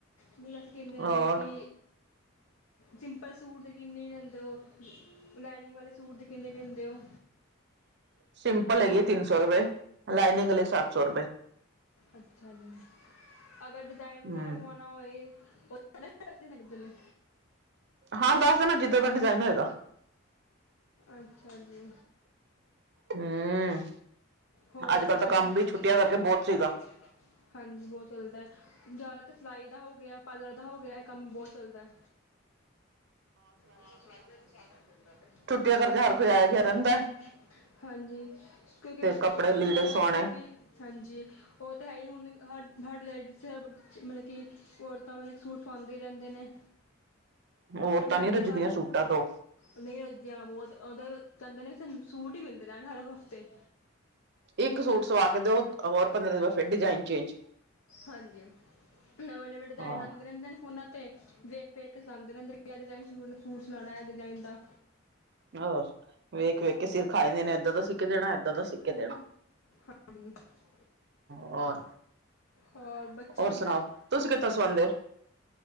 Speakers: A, on the left; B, on the right.
A: ਨੀ ਵੈਸੇ ਕਿੰਨੇ ਮਤਲਬ
B: ਔਰ
A: ਕਿ ਸਿੰਪਲ ਸੂਟ ਦੇ ਕਿੰਨੇ ਲੈਂਦੇ ਹੋ ਲਾਈਨਿੰਗ ਵਾਲੇ ਸੂਟ ਦੇ ਕਿੰਨੇ ਲੈਂਦੇ ਹੋ
B: ਸਿੰਪਲ ਹੈਗੀ ਹੈ ਤਿੰਨ ਸੌ ਰੁਪਏ ਲਾਈਨਿੰਗ ਵਾਲੇ ਸੱਤ ਸੌ ਰੁਪਏ
A: ਅੱਛਾ ਜੀ ਅਗਰ ਡਿਜਾਇਨ
B: ਹੂੰ
A: ਵਗੈਰਾ ਪਵਾਉਣਾ ਪਵਾਣਾ ਹੋਏ ਉਹਦੇ ਅਲੱਗ ਪੈਸੇ ਲੱਗਦੇ ਨੇ
B: ਹਾਂ ਦੱਸ ਦੇਣਾ ਜਿੱਦਾਂ ਦਾ ਡਿਜ਼ਾਇਨ ਹੈਗਾ
A: ਅੱਛਾ ਜੀ
B: ਹੂੰ
A: ਹੋਰ
B: ਅੱਜ ਕੱਲ
A: ਮਤਲਬ
B: ਤਾਂ ਕੰਮ
A: ਕੀ ਅੱਜ
B: ਵੀ ਛੁੱਟੀਆਂ
A: ਕੱਲ ਛੋਟੀਆਂ ਕਰਕੇ
B: ਸੀਗਾ
A: ਬਹੁਤ ਕੰਮ ਹੈਗਾ ਹਾਂਜੀ ਬਹੁਤ ਚੱਲਦਾ ਜ਼ਿਆਦਾਤਰ ਸਿਲਾਈ ਦਾ ਹੋ ਗਿਆ ਪਾਰਲਰ ਦਾ ਹੋ ਗਿਆ ਇਹ ਕੰਮ ਬਹੁਤ ਚੱਲਦਾ ਹਾਂ ਸਿਲਾਈ ਦਾ ਵੀ ਸਾਰਾ ਦਿਨ ਦਿੰਦਾ ਤੇ
B: ਛੁੱਟੀਆਂ
A: ਹਾਂਜੀ
B: ਕਰਕੇ ਹਰ
A: ਮੇਰਾ
B: ਕੋਈ
A: ਘਰ
B: ਗਿਆ
A: ਤੇ ਆਇਆ
B: ਰਹਿੰਦਾ
A: ਗਿਆ ਹਾਂਜੀ ਕਿਉਂਕਿ
B: ਤੇ ਕੱਪੜੇ ਲੀੜੇ
A: ਛੁੱਟੀਆਂ ਕਰਕੇ
B: ਸਵਾਣੇ
A: ਵੀ ਹਾਂਜੀ ਉਹ ਤਾਂ ਹੈ ਹੀ ਹੁਣ ਹਰ ਹਰ ਲੇਡੀਜ਼ ਬੱਚ ਮਤਲਬ ਕਿ ਔਰ ਤਾ ਵਾਂ ਇੱਕ ਸੂਟ ਸਵਾਉਂਦੇ ਰਹਿੰਦੇ ਨੇ
B: ਔਰਤਾਂ
A: ਹਰ ਮਹੀਨੇ
B: ਨੀ ਰੱਜਦੀਆਂ
A: ਹਰ
B: ਸੂਟਾਂ ਤੋਂ
A: ਨਹੀਂ ਰਜਦੀਆਂ ਬਹੁਤ ਔ ਤਾ ਕਹਿੰਦੇ ਨੇ ਸੂਟ ਹੀ ਮਿਲਦੇ ਰਹਿਣ ਹਰ ਹਫ਼ਤੇ
B: ਇੱਕ ਸੂਟ ਸਵਾ ਕੇ ਦਿਓ ਹੋਰ ਪੰਦਰਾਂ ਦਿਨ ਫਿਰ ਡਿਜ਼ਾਇਨ ਚੇਂਜ
A: ਹਾਂਜੀ। ਨਵੇਂ, ਨਵੇਂ ਡਿਜ਼ਾਇਨ
B: ਹਾਂ
A: ਆਉਂਦੇ ਰਹਿੰਦੇ ਨੇ ਫੋਨਾਂ ਤੇ ਵੇਖ, ਵੇਖ ਕੇ ਸਲਾਉਂਦੇ ਰਹਿੰਦੇ ਕਿਹੜੇ ਡਿਜ਼ਾਈਨ ਦਾ ਸੂਟ ਸਲਾਣਾ ਆ ਡਿਜ਼ਾਇਨ ਦਾ
B: ਹੋਰ ਵੇਖ, ਵੇਖ ਕੇ ਸਿਰ ਖਾ ਜਾਦੇ ਨੇ ਏਦਾਂ ਦਾ ਸੀ ਕੇ ਦੇਣਾ ਏਦਾਂ ਦਾ ਸੀ ਕੇ ਦੇਣਾ।
A: <unintelligible>
B: ਹੋਰ,
A: ਹੋਰ ਬੱਚੇ
B: ਹੋਰ
A: ਠੀਕ
B: ਸੁਣਾਓ,
A: ਆ
B: ਤੁਸੀ ਕਿੱਥੋਂ ਸਵਾਉਦੇ ਔ?